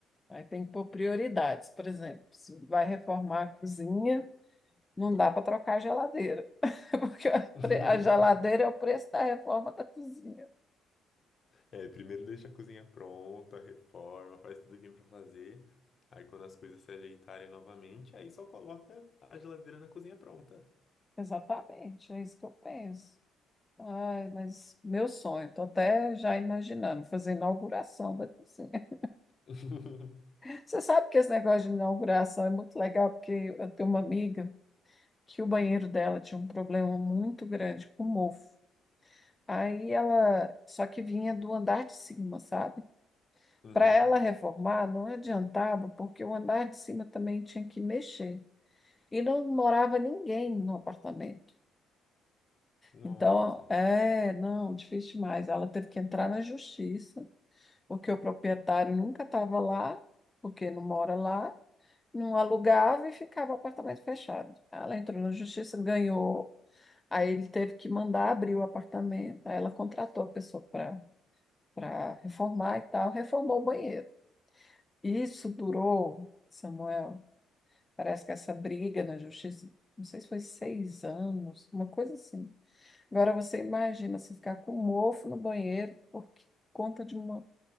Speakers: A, on the left (about 15°); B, on the left (about 40°).
A: aí tem que pôr prioridades. Por exemplo, se vai reformar a cozinha. Não dá para trocar a geladeira, <laughs> porque a
B: <laughs>
A: pre- a geladeira é o preço da reforma da cozinha.
B: É, primeiro deixa a cozinha pronta, reforma, faz tudo que tem pra fazer. Aí quando as coisas se ajeitarem novamente, aí só coloca a geladeira na cozinha pronta.
A: Exatamente, é isso que eu penso. Ai, mas meu sonho, estou até já imaginando fazer inauguração da cozinha.
B: <laughs>
A: <laughs> Você sabe que esse negócio de inauguração é muito legal, porque eu tenho uma amiga que o banheiro dela tinha um problema muito grande com mofo. Aí ela, só que vinha do andar de cima, sabe?
B: Uhum.
A: Para ela reformar, não adiantava, porque o andar de cima também tinha que mexer. E não morava ninguém no apartamento.
B: Nossa.
A: Então, é, não, difícil demais. Ela teve que entrar na justiça, porque o proprietário nunca estava lá, porque não mora lá, não alugava e ficava o apartamento fechado. Ela entrou na justiça, ganhou. Aí ele teve que mandar abrir o apartamento. Aí ela contratou a pessoa para para reformar e tal, reformou o banheiro. Isso durou, Samuel, parece que essa briga na justiça, não sei se foi seis anos, uma coisa assim. Agora você imagina se ficar com um mofo no banheiro por conta de uma,